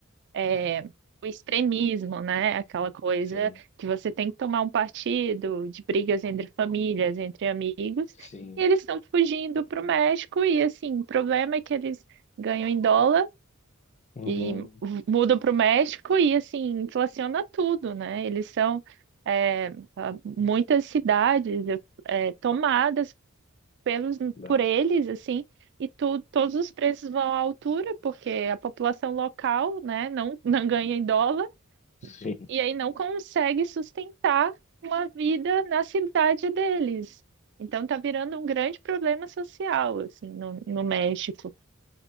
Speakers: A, on the right; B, on the left.
A: é, o extremismo, né, aquela coisa
B: Sim,
A: que você tem que tomar um partido, de brigas entre famílias, entre amigos,
B: sim.
A: e eles estão fugindo para o México, e assim, o problema é que eles ganham em dólar
B: Uhum.
A: e mudam para o México e assim, inflaciona tudo, né, eles são... é, muitas cidades é, tomadas pelos
B: Dá.
A: por eles, assim, e tu, todos os preços vão à altura, porque a população local, né, não, <laughs> não ganha em dólar,
B: Sim.
A: e aí não consegue sustentar uma vida na cidade deles. Então tá virando um grande problema social, assim, no, no México.